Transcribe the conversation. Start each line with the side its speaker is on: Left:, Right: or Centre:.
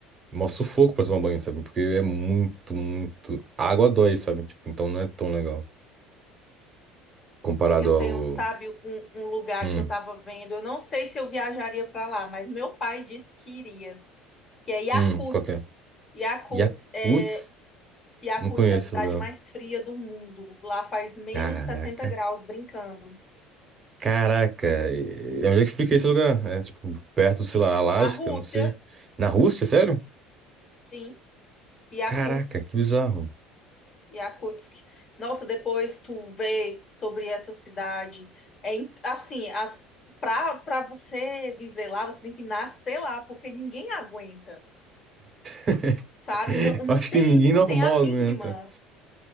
Right: mó sufoco pra tomar banho, sabe? Porque é muito, muito a água dói, sabe? Tipo, então não é tão legal comparado
Left: Eu
Right: ao
Left: tenho, sabe, um, um lugar
Right: hum,
Left: que eu tava vendo, eu não sei se eu viajaria para lá, mas meu pai disse que iria, que é Yakutsk.
Right: hum, qualquer
Left: Yakutsk
Right: e a Yakuts?
Left: é, Yakutsk
Right: Não conheço
Left: é a cidade
Right: o lugar.
Left: mais fria do mundo. Lá faz menos
Right: Caraca.
Left: sessenta graus brincando.
Right: Caraca, e- e onde é que fica esse lugar? É tipo perto, sei lá, Alasca,
Left: Na Rússia,
Right: não sei. Na Rússia, sério?
Left: sim. Yakutsk,
Right: Caraca, que bizarro.
Left: Yakutsk. Nossa, depois tu vê sobre essa cidade. É in- assim, as para para você viver lá, você tem que nascer lá, porque ninguém aguenta,
Right: <laughs>
Left: sabe? Não, não
Right: Eu Acho
Left: tem
Right: que ninguém
Left: não
Right: normal
Left: tem a mínima,
Right: aguenta.